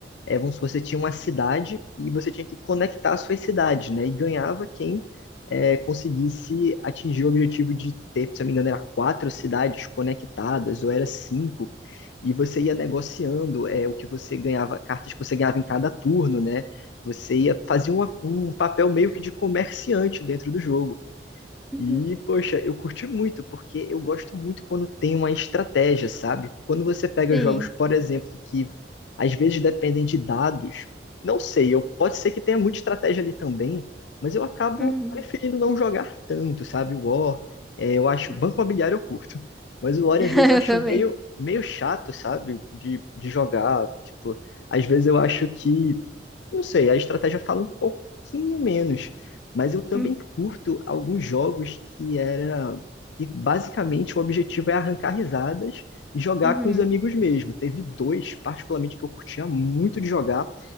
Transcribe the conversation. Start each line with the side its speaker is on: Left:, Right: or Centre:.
Left: é, vamos supor, você tinha uma cidade e você tinha que conectar as suas cidades, né? E ganhava quem é, conseguisse atingir o objetivo de ter, se eu não me engano, era quatro cidades conectadas, ou era cinco, e você ia negociando é, o que você ganhava, cartas que você ganhava em cada turno, né? Você ia fazer uma- um papel meio que de comerciante dentro do jogo.
Centre: Uhum.
Left: E, poxa, eu curti muito, porque eu gosto muito quando tem uma estratégia, sabe? Quando você pega
Centre: sim.
Left: jogos, por exemplo, que às vezes dependem de dados, não sei, eu, pode ser que tenha muita estratégia ali também, mas eu acabo
Centre: Uhum.
Left: preferindo não jogar tanto, sabe? O War, é, eu acho,
Centre: <laughs>
Left: Banco Imobiliário eu curto, mas o War
Centre: Eu
Left: às vezes acho
Centre: também.
Left: meio, meio chato, sabe? De, de jogar, tipo, às vezes eu acho que, não sei, a estratégia fala um pouquinho menos. Mas eu também
Centre: Uhum.
Left: curto alguns jogos que era que basicamente o objetivo é arrancar risadas e jogar
Centre: Uhum.
Left: com os amigos mesmo. Teve dois, particularmente, que eu curtia muito de jogar,